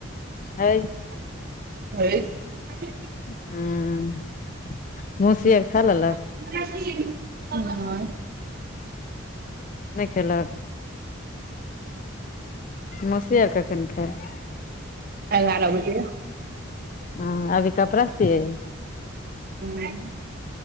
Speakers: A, on the left; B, on the right.
A: हैय।
B: ह <inaudible>
A: हुं मौसी आर खा लेलक।
B: हँ।
A: नहि खेलक। मौसी आर कखन खेइत।
B: एगारह बजे।
A: हँ अभी कपड़ा सीयय
B: अहाँ